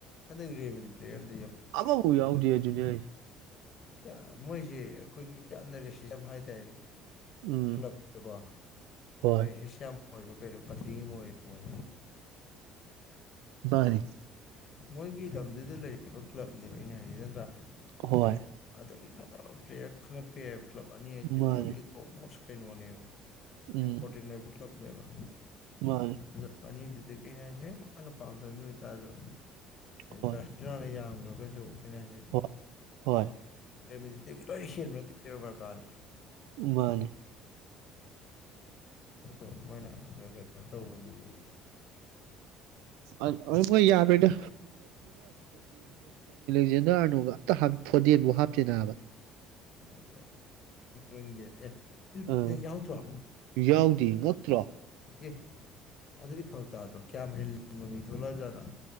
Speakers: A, on the left (about 50°); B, on the right (about 70°).
A: ꯍꯟꯗꯛ ꯔꯦꯝꯃꯗꯤ ꯄ꯭ꯂꯦ ꯑꯃ
B: ꯑꯃꯕꯥꯎ ꯌꯥꯎꯗꯦ ꯑꯗꯨꯖꯦ
A: ꯀꯌꯥ ꯃꯣꯏꯁꯦ ꯑꯩꯈꯣꯏꯒꯤ ꯌꯥꯝꯅ ꯔꯦꯁꯤꯖꯝ ꯍꯥꯏꯇꯥꯔꯦꯅꯦ
B: ꯎꯝ
A: ꯀ꯭ꯂ ꯀ꯭ꯂꯕꯇꯒ
B: ꯍꯣꯏ
A: ꯔꯁꯤꯁ ꯌꯥꯝ ꯑꯣꯏꯕ ꯀꯩꯅꯣ ꯀꯟꯇ꯭ꯔꯤ ꯑꯃ ꯑꯣꯏ ꯃꯣꯏ
B: ꯔꯦ
A: ꯃꯣꯏꯒꯤ ꯂꯝ ꯑꯗꯨꯗ ꯂꯩꯔꯤꯕ ꯀ꯭ꯂꯕꯅꯦꯕ ꯑꯩꯅ ꯍꯥꯏꯖ ꯅꯠꯇ꯭ꯔꯥ
B: ꯍꯣꯏ
A: ꯑꯗꯒꯤ ꯐꯖꯕ ꯄ꯭ꯂꯦꯌꯔ ꯈꯪꯒꯠꯄ ꯌꯥꯏꯕ ꯀꯂꯞ ꯑꯅꯤ
B: ꯃꯥꯅꯤ
A: ꯋꯥꯔꯜꯒꯤ ꯇꯣꯞ ꯃꯣꯁ ꯑꯩꯈꯩꯩꯅꯣꯅꯦ
B: ꯎꯝ
A: ꯏꯝꯄꯣꯔꯇꯤꯟ ꯅꯕ ꯇꯅꯦꯕ
B: ꯃꯥꯅꯤ
A: ꯑꯗꯣ ꯑꯅꯤꯗꯤ ꯑꯗꯨꯗꯒꯤꯅꯦ ꯍꯦ ꯃꯥꯅ ꯄꯥꯝꯗꯕ ꯃꯤꯑꯣ ꯑꯣꯏꯇꯥꯔꯁꯨ
B: ꯍꯣꯏ
A: ꯭ꯔꯁꯅ ꯈꯣꯔꯀꯁꯨ ꯃꯁꯦ
B: ꯍꯣꯏ ꯍꯣꯏ
A: ꯔꯦꯃꯦꯗꯤꯗꯒꯤ ꯂꯣꯏꯅ ꯍꯦꯟꯕ ꯅꯠꯇꯦꯕ ꯕꯔꯀꯥꯔꯅ
B: ꯎꯕꯥꯂꯦ
A: ꯑ ꯃꯣꯏꯅ ꯀꯩꯅꯣ ꯇꯧꯕꯗꯨꯗꯤ
B: ꯑ ꯃꯣꯏ ꯌꯥꯔꯣꯏꯗ ꯐꯔꯅꯨꯡ ꯑꯝꯇ ꯐꯣꯟꯗꯦꯟꯕꯨ ꯍꯥꯞꯇꯦꯅꯥꯕ
A: ꯑꯣ ꯏꯦꯟꯒꯤ ꯑꯦ ꯐꯤ
B: ꯑꯥ
A: ꯌꯥꯍꯗ꯭ꯔꯣ
B: ꯌꯥꯎꯗꯦ ꯉꯛꯇ꯭ꯔꯣ
A: ꯑꯦ ꯑꯗꯨꯗꯤ ꯐꯔ ꯇꯥꯗ꯭ꯔꯣ ꯀꯌꯥꯝ ꯍꯜꯂꯤꯕ ꯃꯤ ꯊꯣꯛꯂꯛ ꯖꯠꯅꯣ